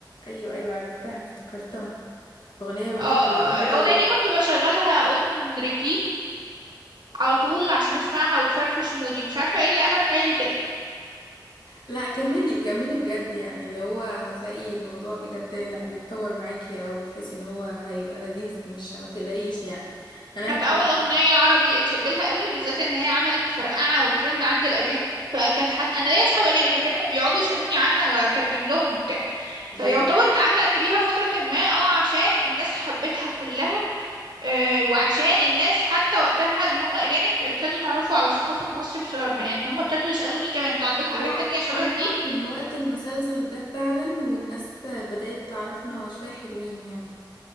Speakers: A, on the left (about 75°); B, on the right (about 75°).
A: ايوه ايوه عرفتها افتكرتها اغنيه برضو
B: اه
A: لذيذه
B: الأغنية
A: قوي
B: دي كنت بشغلها اون ريبيت على طول عشان اسمعها وتفرفش مودي مش عارفة ايه اللي قلب حالي كده
A: لا كملي كملي بجد يعني اللي هو هتلاقي الموضوع بجد لا بيتطور معاكي او بتحسي ان هو هيبقى لذيذ مش ما تقلقيش يعني انا
B: كانت
A: كنت
B: أول أغنية عربي اتشدلها قوي بالذات إن هي عملت فرقعة وترند عند الأجانب فكان حتى أنا ليا أصحاب أجانب فكانوا بيقعدوا يسألوني عنها وأترجم لهم وبتاع
A: بجد
B: فيعتبر اتعلقت بيها فترة ما اه عشان الناس حبتها كلها آه، وعشان الناس حتى وقتها اللي هم الأجانب ابتدوا يتعرفوا على ثقافة مصر بسببها يعني هم ابتدوا يسألوني كمان انتوا عندكم حاجات
A: هو
B: تانية شبه
A: اصلا
B: دي
A: من وقت المسلسل ده فعلا والناس بدأت تعرفنا شويه حلوين يعني